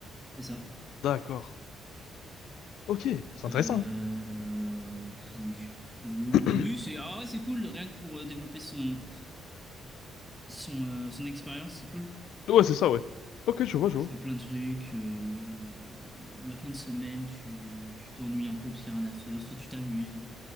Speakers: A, in the centre; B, on the left (about 80°).
A: C'est ça.
B: D'accord. Ok, c'est intéressant.
A: Euh, oui. Oui,
B: <clears throat>
A: oui, c'est ah ouais, c'est cool, rien que pour euh, développer son, son, euh, son expérience, c'est cool.
B: Ouais, c'est ça, ouais. Ok, je vois, je
A: Je
B: vois.
A: fais plein de trucs. euh, la fin de semaine, tu tu t'ennuies un peu parce qu'il n'y a rien à faire. Enfin, tu t'amuses.